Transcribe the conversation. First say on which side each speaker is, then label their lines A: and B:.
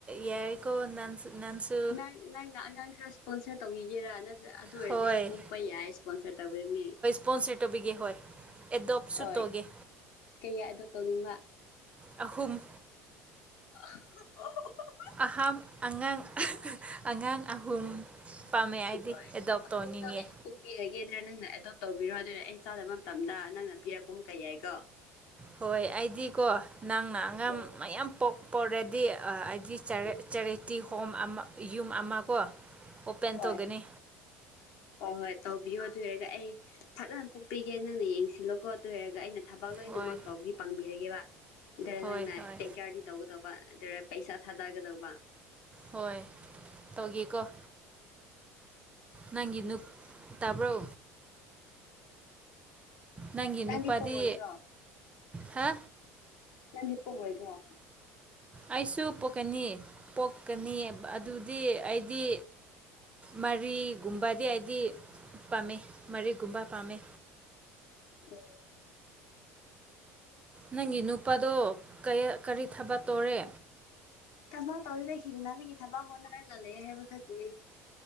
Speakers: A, on the right (about 15°); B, on the left (about 55°).
A: ꯌꯥꯏꯀꯣ ꯅꯟꯁꯨ ꯅꯟꯁꯨ
B: ꯅꯪ ꯅꯪꯅ ꯑꯉꯥꯡ ꯈꯔ ꯏꯁꯄꯣꯟꯁꯔ ꯇꯧꯕꯤꯒꯦꯔꯥ ꯅꯠꯇ꯭ꯔ ꯑꯗꯨ ꯑꯣꯏꯔꯗꯤ
A: ꯍꯣꯏ
B: ꯄꯣꯛꯄ ꯌꯥꯏ ꯏꯁꯄꯣꯟꯁꯔ ꯇꯧꯕꯗꯨꯅꯦ
A: ꯄꯣꯟꯁꯦ ꯇꯣꯕꯤꯒꯦ ꯍꯣꯏ ꯑꯦꯗꯣꯞꯁꯨ
B: ꯍ
A: ꯇꯧꯒꯦ
B: ꯀꯌꯥ ꯑꯣ ꯇꯧꯅꯤꯡꯕ
A: ꯑꯍꯨꯝ
B: <unintelligible>
A: ꯑꯍꯝ ꯑꯉꯥꯡ ꯑꯉꯥꯡ ꯑꯍꯨꯝ ꯄꯥꯝꯃꯦ ꯍꯥꯏꯗꯤ
B: ꯍꯣꯏ
A: ꯑꯦꯗꯣꯞ
B: ꯑꯍꯨꯝꯗꯣ
A: ꯇꯧꯅꯤꯡꯌꯦ
B: ꯑꯩ ꯄꯣꯛꯄꯤꯔꯒꯦꯗ꯭ꯔꯥ ꯅꯪꯅ ꯑꯦꯗꯣꯞ ꯇꯧꯕꯤꯔꯣ ꯑꯗꯨꯅ ꯑꯩ ꯆꯥꯗꯕ ꯃꯇꯝꯗ ꯅꯪꯅ ꯄꯤꯔꯛꯄꯨꯝ ꯀꯩ ꯌꯥꯏꯀꯣ
A: ꯍꯣꯏ ꯑꯩꯗꯤꯀꯣ ꯅꯪꯅ ꯑꯉꯥꯡ
B: ꯎꯝ
A: ꯃꯌꯥꯝ ꯄꯣꯛꯄꯔꯗꯤ ꯑꯩꯗꯤ
B: ꯎꯝ
A: ꯆꯦꯔꯤꯇꯤ ꯍꯣꯝ ꯑꯃ ꯌꯨꯝ ꯑꯃ ꯀꯣ ꯑꯣꯄꯦꯟ
B: ꯍꯣꯏ
A: ꯇꯧꯒꯅꯤ
B: ꯍꯣꯏ ꯍꯣꯏ ꯇꯧꯕꯤꯌꯣ ꯑꯗꯨ ꯑꯣꯏꯔꯒ ꯑꯩ ꯐꯖꯅ ꯄꯣꯛꯄꯤꯒꯦ ꯅꯪꯅ ꯌꯦꯡꯁꯤꯜꯂꯣꯀꯣ ꯑꯗꯨ ꯑꯣꯏꯔꯒ ꯑꯩꯅ ꯊꯕꯛ ꯂꯣꯏꯅꯃꯛ
A: ꯍꯣꯏ
B: ꯇꯧꯒꯤ ꯄꯥꯡꯕꯤꯔꯒꯦꯕ ꯑꯗꯨꯔ
A: ꯍꯣꯏ
B: ꯅꯪꯅ
A: ꯍꯣꯏ
B: ꯇꯦꯛ ꯀꯦꯌꯥꯔꯗꯤ ꯇꯧꯒꯗꯧꯕ ꯑꯗꯨꯒ ꯄꯩꯁꯥ ꯊꯥꯗꯒꯗꯧꯕ
A: ꯍꯣꯏ ꯇꯧꯒꯦꯀꯣ ꯅꯪꯒꯤ ꯅꯨ ꯇꯥꯕ꯭ꯔꯣ ꯅꯪꯒꯤ
B: ꯅꯪꯗꯤ
A: ꯅꯨꯄꯥꯗꯤ
B: ꯄꯣꯛꯔꯣꯏꯗ꯭ꯔꯣ
A: ꯍꯥ
B: ꯅꯪꯗꯤ ꯄꯣꯛꯔꯣꯏꯗꯔꯥ
A: ꯑꯩꯁꯨ ꯄꯣꯛꯀꯅꯤ ꯄꯣꯛꯀꯅꯤ ꯑꯗꯨꯗꯤ ꯑꯩꯗꯤ ꯃꯔꯤꯒꯨꯝꯕꯗꯤ ꯍꯥꯏꯗꯤ ꯄꯥꯝꯃꯦ ꯃꯔꯤꯒꯨꯝꯕ ꯄꯥꯝꯃꯦ
B: ꯎꯝ
A: ꯅꯪꯒꯤ ꯅꯨꯄꯥꯗꯣ ꯀꯔꯤ ꯊꯕꯛ ꯇꯧꯔꯦ
B: ꯊꯥꯕꯛ ꯇꯧꯗ ꯍꯤꯡꯅꯕꯒꯤ ꯊꯥꯕꯛ ꯍꯣꯠꯅꯔꯒ ꯂꯩꯌꯦ ꯍꯥꯏꯕ ꯈꯛꯇꯅꯦ